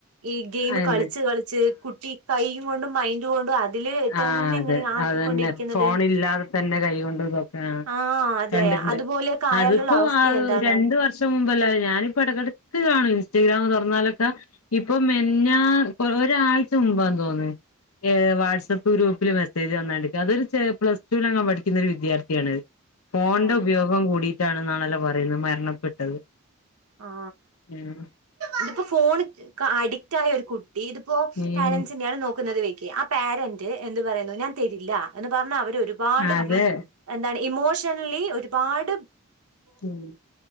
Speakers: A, on the right; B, on the left.
A: ഈ ഗെയിം
B: അതെ
A: കളിച്ച് കളിച്ച് കുട്ടി കൈയും കൊണ്ടും മൈൻഡ് കൊണ്ടും അതില്
B: ആ
A: തന്നെ
B: അതെ
A: ഇങ്ങനെ ആക്കിക്കൊണ്ടിരിക്കുന്നത്
B: അത് തന്നെ ഫോണ് ഇല്ലാതെ തന്നെ കൈകൊണ്ടതൊക്കെയാണ്
A: ആഹ് അതെ
B: കണ്ട്
A: അതുപോലെയൊക്കെ ആയാലുള്ള
B: അതിപ്പോ
A: അവസ്ഥ എന്താണ്
B: രണ്ട് മുൻപുള്ള കാര്യം ഞാനിപ്പ ഇടക്കിടക്ക് കാണും ഇൻസ്റ്റഗ്രാം തുറന്നാലൊക്കെ ഇപ്പൊ പിന്ന ഒരാഴ്ച മുമ്പാ തോന്നുന്നത് വാഡ്‌സ് വാട്സപ്പ് ഗ്രൂപ്പില് മെസേജ് വന്നതണ്ട് അത് ഒരു ചെറി പ്ലസ് ടുവിൽ അങ്ങാണ്ട പഠിക്കുന്നെരു വിദ്യാത്ഥിയാണ് ഫോണിന്റെ
A: ആഹ്
B: ഉപയോഗം കൂടിട്ടാണന്നാണല്ലോ പറയുന്നത് മരണപ്പെട്ടത്
A: ആ
B: ഉം
A: ഇതിപ്പോ ഫോൺ അഡിക്റ്റ് ആയ ഒരു കുട്ടി ഇതിപ്പോ
B: ഉം
A: പാരൻ്റസ് തന്നെയാണ് നോക്കുന്നത് വെക് ആ പാരന്റ് എന്ത് പറയുന്നു ഞാൻ തരില്ല എന്ന് പറഞ്ഞ അവര് ഒരുപാട്
B: അതെ
A: വി എന്താണ് ഇമോഷണലി ഒരുപാട്
B: ഉം